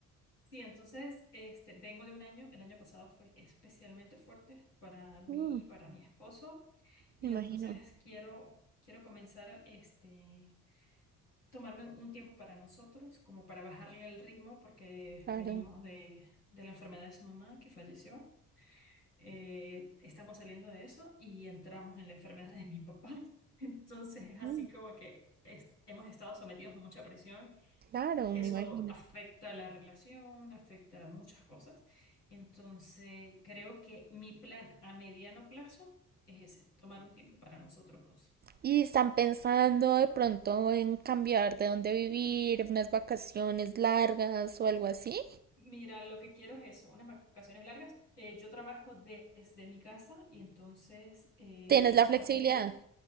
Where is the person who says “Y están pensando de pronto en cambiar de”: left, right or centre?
Right